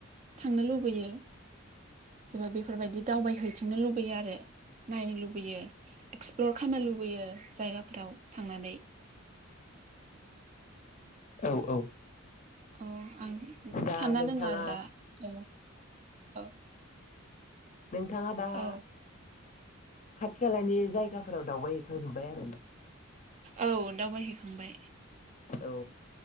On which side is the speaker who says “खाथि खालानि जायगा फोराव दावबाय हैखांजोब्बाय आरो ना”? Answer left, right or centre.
Left